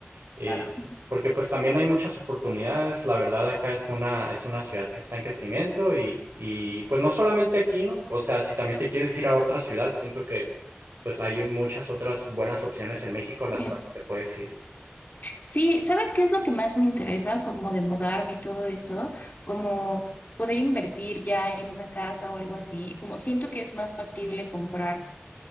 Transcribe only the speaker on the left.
Claro.
Bien.
Sí, ¿sabes qué es lo que más me interesa como de mudarme y todo esto? Como poder invertir ya en una casa o algo así. Como siento que es más factible comprar.